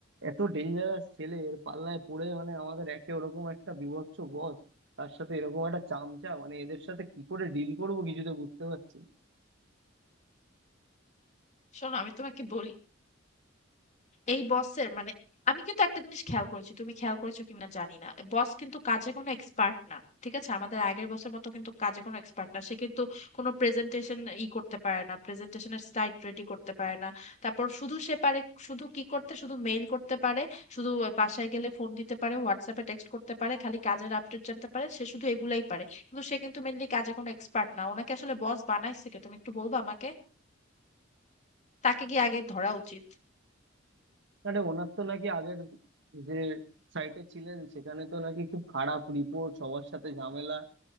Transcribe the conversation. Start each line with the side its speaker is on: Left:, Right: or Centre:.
Right: এত ডেঞ্জারাস ছেলে এর পাল্লায় পড়ে মানে আমাদের একে ওরকম একটা বীভৎস বস তার সাথে এরকম একটা চামচা মানে এদের সাথে কি করে ডিল করবো কিছু তো বুঝতে পারছি না।
Left: শোনো আমি তোমাকে বলি এই বসের মানে আমি কিন্তু একটা জিনিস খেয়াল করেছি তুমি খেয়াল করেছো কিনা জানি না বস কিন্তু কাজে কোনো এক্সপার্ট না ঠিক আছে আমাদের আগের বসের মতো কিন্তু কাজে কোনো এক্সপার্ট না সে কিন্তু কোনো প্রেজেন্টেশন ই করতে পারে না প্রেজেন্টেশনের স্লাইড রেডি করতে পারে না তারপর শুধু সে পারে শুধু কি করতে শুধু মেইল করতে পারে শুধু ওই বাসায় গেলে ফোন দিতে পারে হোয়াটসঅ্যাপে টেক্সট করতে পারে খালি কাজের আপডেট জানতে পারে সে শুধু এগুলাই পারে কিন্তু সে কিন্তু মেনলি কাজে কোনো এক্সপার্ট না ওনাকে আসলে বস বানাইছে কে তুমি একটু বলবা আমাকে তাকে গিয়ে আগে ধরা উচিত
Right: আরে ওনার তো নাকি আগের যে সাইটে ছিলেন সেখানে তো নাকি খুব খারাপ রিপোর্ট সবার সাথে ঝামেলা